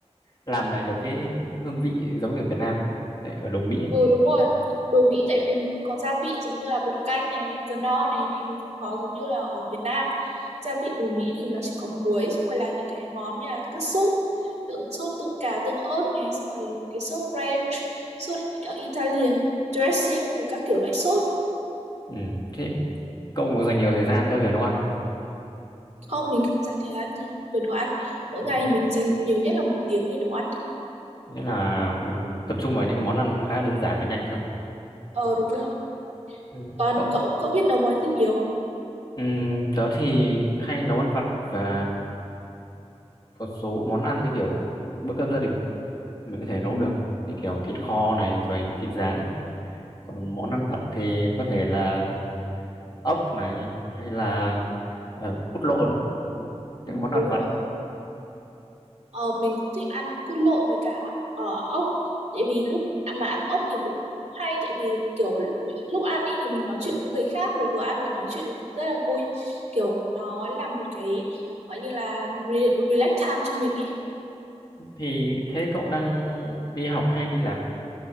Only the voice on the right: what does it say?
Ừ đúng rồi đồ Mỹ tại vì mình không có gia vị giống như là bột canh này cờ no này thì mình không có giống như là ở Việt Nam gia vị đồ Mỹ thì nó chỉ có muối xong rồi là những cái món như là các sốt ví dụ sốt tương cá tương ớt này xong rồi mấy cái sốt ranch sốt ờ, Italian dressing rồi các kiểu loại sốt
không mình không dành thời gian dành về đồ ăn mỗi
ngày
thì mình dành nhiều nhất là một tiếng để nấu ăn thôi
ờ đúng rồi
còn
cậu cậu biết nấu món gì nhiều
Ừ.
ừ,
đúng
rồi Ờ, mình cũng thích ăn cút lộn với cả ờ, ốc tại vì lúc à, mà ăn ốc thì cũng hay tại vì kiểu lúc ăn ý thì mình nói chuyện với người khác rồi vừa ăn vừa nói chuyện thì cũng rất là vui kiểu nó là một cái gọi như là re- relax time cho mình ấy